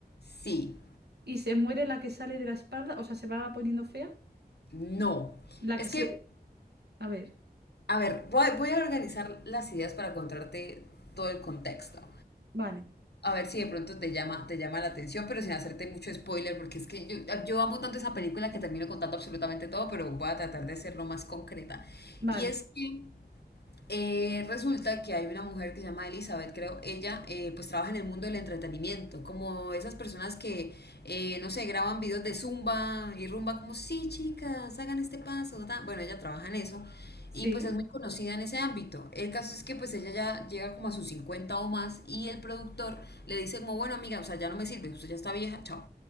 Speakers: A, on the left; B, on the right.
A: Sí,
B: y se muere la que sale de la espalda, o sea, se va poniendo fea.
A: no.
B: La
A: Es
B: que se...
A: que,
B: A ver,
A: a ver, voy, voy a organizar las ideas para contarte todo el contexto.
B: vale,
A: a ver si de pronto te llama, te llama la atención, pero sin hacerte mucho spoiler, porque es que yo, yo amo tanto esa película que termino contando absolutamente todo, pero voy a tratar de hacerlo más concreta.
B: vale,
A: Y es que eh, resulta que hay una mujer que se llama Elizabeth, creo, ella eh, pues trabaja en el mundo del entretenimiento, como esas personas que, eh, no sé, graban videos de zumba y rumba como, sí, chicas, hagan este paso, ta". bueno, ella trabaja en eso
B: sí,
A: y pues es muy conocida en ese ámbito. El caso es que pues ella ya llega como a sus 50 o más y el productor le dice como, bueno, amiga, o sea, ya no me sirve, usted ya está vieja, chao.